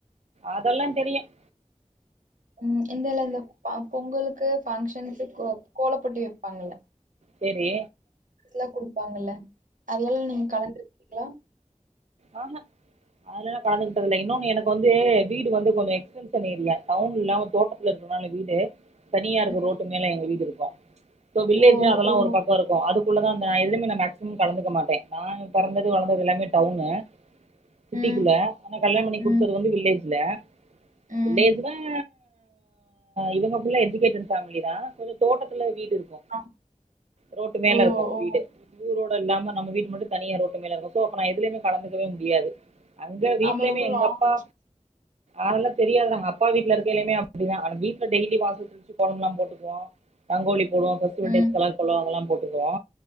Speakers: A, on the right; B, on the right.
A: அதெல்லாம் தெரியும்
B: உம் இந்த இல்ல இந்த பொங்கலுக்கு ஃபாங்க்ஷனுக்கு கோலப்போட்டி வைப்பாங்கல்ல
A: சேரி
B: லா குடுப்பாங்கல்ல அதல்லாம் நீங்க கலந்துருக்கீங்களா
A: ஆஹ அதலெல்லாம் கலந்துகிட்டதில இன்னொன்னு எனக்கு வந்து வீடு வந்து கொஞ்சம் எக்ஸ்டென்ஷன் ஏரியா டவுன் இல்லாம தோட்டத்துல இருக் கனால வீடு தனியா இருக்கு
B: ம்.
A: ரோட்டு மேல எங்க வீடு இருக்கு இப்போ வில்லேஜ்
B: ஓ
A: அதெல்லாம்
B: ஓ
A: ஒரு பக்கம் இருக்கும் அது குள்ள தான் எதுவுமே நான் மேக்சிமம் கலந்துக்க மாட்டன் நான் பிறந்தது வளந்தது எல்லாமே டவுனு சிட்டிக்குள்ள
B: ம்
A: ஆனா கல்யாண பண்ணி
B: ம்
A: குடுத்தது வந்து வில்லேஜ்ல
B: ம்
A: வில்லேஜ் தான் இவங்ககுள்ள எஜிகேடட் ஃபேமிலி தான் கொஞ்சம் தோட்டத்துல வீடு இருக்கும்
B: ஆ,
A: ரோட்டு மேல
B: ஓ
A: இருக்கும்
B: ஓ
A: வீடு ஊர் ரோடு இல்லாம நம்ம வீட்டு மட்டும் தனியா ரோடு இருக்கும் சோ அப்போ நான் இதுலயுமே கலந்துக்கவே முடியாது அங்க வீட்லயுமே
B: ஆமா ரொம்ப
A: எங்க
B: லாங்
A: அப்பா ஆனல்த் தெரியாது நாங்க அப்பா வீட்டுல இருக்கைலயுமே அப்டிதா ஆனா வீட்டுல டெய்லி வாச தெளிச்சி கோலமெல்லா போட்டுக்குவோம் ரங்கோலிப் போடுவோம் பெஸ்டிவல்
B: ம்
A: டேஸ் கலர் கோலோ அதெல்லா போட்டுக்குவோ